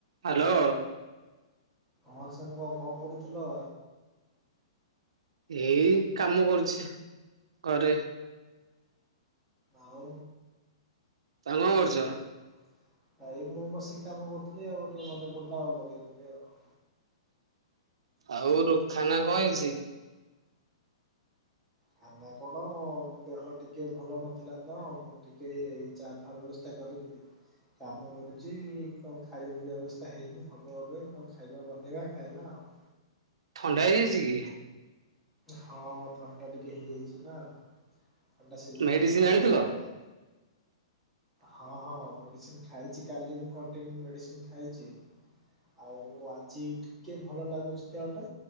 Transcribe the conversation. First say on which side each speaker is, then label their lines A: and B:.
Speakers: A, on the right; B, in the centre.
A: Hello.
B: ହଁ ସାଙ୍ଗ କଣ କରୁଥିଲ?
A: ଏଇ ଏଇ କାମ କରୁଛି ଘରେ।
B: ଆଉ।
A: ତମେ କଣ
B: ଆଉ
A: କରୁଛ?
B: ସବୁ। ଭାଇ ମୁଁ ବସିକି କାମ କରୁଥିଲି ଆଉ ଟିକେ ମନେ ପଡିଲା ଆଉ ଲଗେଇଦେଲି ଆଉ।
A: ଆଉ ରୁଖାନା କଣ ହେଇଛି?
B: ଖାନା କଣ? ହଁ ଦେହ ଟିକେ ଭଲ ନଥିଲା ତ ମୁଁ ଟିକେ ଚା ଫା ବ୍ୟବସ୍ଥା କରିକିରି କାମ କରୁଛି କଣ ଖାଇବା ପିଇବା ବ୍ୟବସ୍ଥା ହେଇନି ହେବ ଏବେ କଣ ଖାଇବା ବନେଇବା ଖାଇବା ଆଉ।
A: ଥଣ୍ଡା ହେଇଯାଇଛି କି?
B: ହଁ ଥଣ୍ଡା ଟିକେ ହେଇଯାଇଛି ପା। ଥଣ୍ଡା ସିଯିନ
A: ମେଡିସିନ
B: ଚାଲିଚି
A: ଆଣିଥିଲ?
B: ଆଉ ଥଣ୍ଡା। ହଁ ହଁ ମେଡିସିନ ଖାଇଛି କାଲି ମୁଁ କଣ୍ଟିନ୍ୟୁ ମେଡିସିନ ଖାଇଛି। ଆଉ ଆଜି ଟିକେ ଭଲ ଲାଗୁଛି ଦେହ ଟା